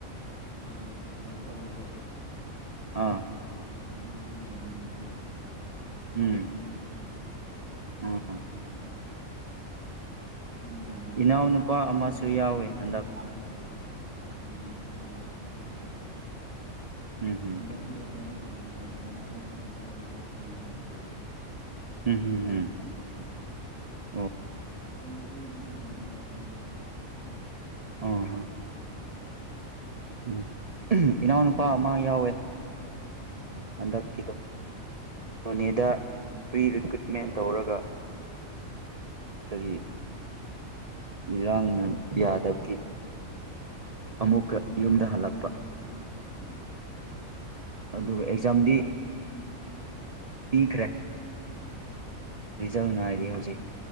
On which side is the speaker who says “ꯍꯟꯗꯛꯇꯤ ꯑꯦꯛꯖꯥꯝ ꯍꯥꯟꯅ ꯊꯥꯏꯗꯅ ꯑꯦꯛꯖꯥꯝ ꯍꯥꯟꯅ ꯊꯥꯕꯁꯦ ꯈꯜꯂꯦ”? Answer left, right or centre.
Right